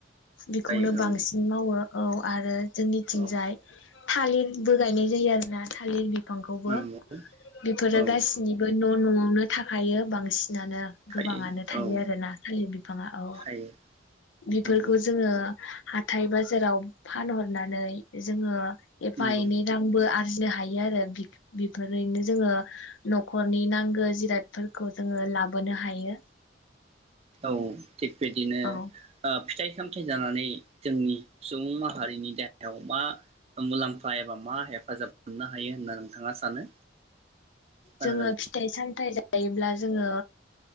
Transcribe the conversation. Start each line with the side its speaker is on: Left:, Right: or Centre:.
Left: बेखौनो
Right: जायो
Left: बांसिन
Right: औ
Left: मावो औ आरो जोंनिथिंजाय
Right: औ
Left: थालिर बो गायनाय जायो आरो ना थालिर बि फांखौबो
Right: नंगौ
Left: बेफोरो
Right: औ
Left: गासिनि न' न'आवनो थाखायो बांसिनानो गोबाङानो
Right: थायो
Left: थायो
Right: औ
Left: आरो ना खालि बि ङा औ
Right: थायो
Left: बेफोरखौ
Right: नंगौ
Left: जोङो हाथाय बाजाराव फानहरनानै जोङो थायनै
Right: नंगौ
Left: रांबो आरजिनो हायो आरो बेफोरैनो जोङो न'खरनि नांगो जिरायादफोरखौ जोङो लाबोनो हायो।
Right: औ थिग बिदिनो
Left: औ
Right: ओ फिथाइ सामथाइ जानानै जोंनि सुबुं माहारिनि देहायाव मा मुलाम्फा एबा मा हेफाजाब मोननो हायो होनना नोंथाङा सानो? खोनादों
Left: जोङो फिथाइ सामथायाइ जायोब्ला जोङो